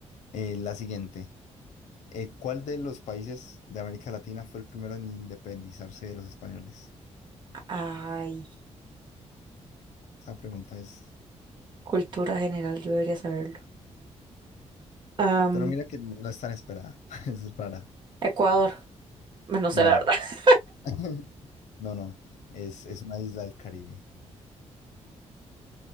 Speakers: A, on the left; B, on the right.
A: Eh, la siguiente. Eh, ¿cuál de los países de América Latina fue el primero en independizarse de los españoles?
B: Ay,
A: Esa pregunta es...
B: cultura general, yo debería saberlo. Am,
A: Pero mira que no es tan esperada. <laughs> Es rara.
B: Ecuador. Bueno, No sé,
A: No.
B: la verdad. <laughs>
A: <laughs> No, no. Es, es una isla del Caribe.